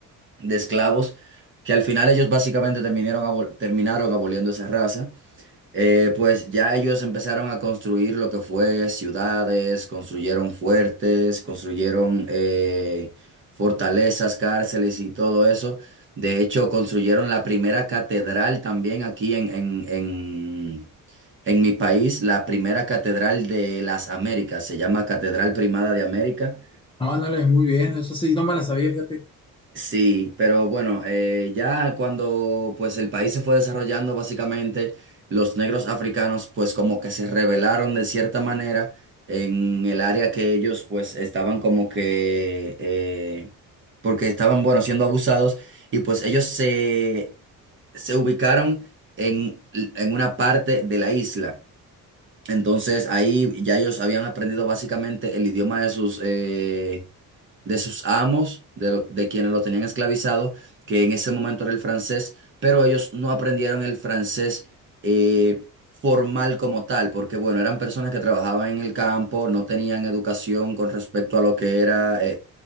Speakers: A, on the right; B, on the left.
A: de esclavos, que al final ellos básicamente terminaron, abol- terminaron aboliendo esa raza. Eh, pues ya ellos empezaron a construir lo que fue ciudades, construyeron fuertes, construyeron eh, fortalezas, cárceles y todo eso. De hecho, construyeron la primera catedral también aquí en, en, en, en mi país, la primera catedral de las Américas, se llama Catedral Primada de América.
B: No, Ándale, muy bien, eso sí, no me la sabía, fíjate.
A: Sí, pero bueno, eh, ya cuando pues el país se fue desarrollando, básicamente los negros africanos pues como que se rebelaron de cierta manera en el área que ellos pues estaban como que, eh, porque estaban, bueno, siendo abusados y pues ellos se, se ubicaron en, en una parte de la isla. Entonces ahí ya ellos habían aprendido básicamente el idioma de sus, eh, de sus amos, de, lo- de quienes lo tenían esclavizado, que en ese momento era el francés, pero ellos no aprendieron el francés eh, formal como tal, porque bueno, eran personas que trabajaban en el campo, no tenían educación con respecto a lo que era eh,